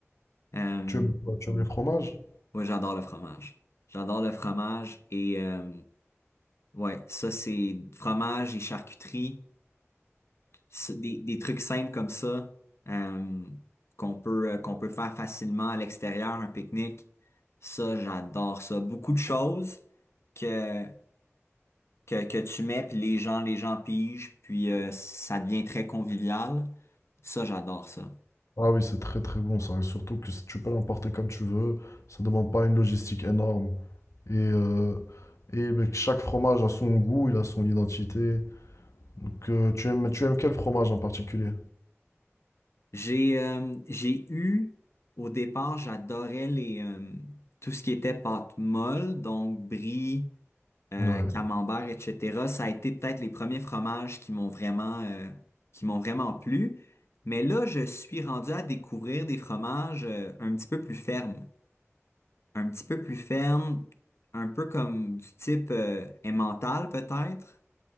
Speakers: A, on the left; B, on the left.
A: Euh,
B: Tu aimes, tu aimes les fromages?
A: ouais, j'adore le fromage. J'adore le fromage et euh, ouais, ça c'est fromage et charcuterie. s- des, des trucs simples comme ça euh, qu'on peut euh, qu'on peut faire facilement à l'extérieur, un pique-nique. Ça, j'adore ça. Beaucoup de choses que que, que tu mets puis les gens les gens pigent puis euh, ça devient très convivial. Ça, j'adore ça.
B: Ah oui, c'est très très bon ça. Et surtout que si tu peux l'emporter comme tu veux, ça ne demande pas une logistique énorme. Et, euh, et mec, chaque fromage a son goût, il a son identité. Donc, euh, tu aimes, tu aimes quel fromage en particulier?
A: J'ai euh, j'ai eu au départ, j'adorais les euh, tout ce qui était pâte molle, donc brie, euh,
B: Ouais,
A: camembert, etc. Ça a été peut-être les premiers fromages qui m'ont vraiment, euh, qui m'ont vraiment plu. Mais là, je suis rendu à découvrir des fromages euh, un petit peu plus fermes. Un petit peu plus fermes, un peu comme du type euh, emmental peut-être.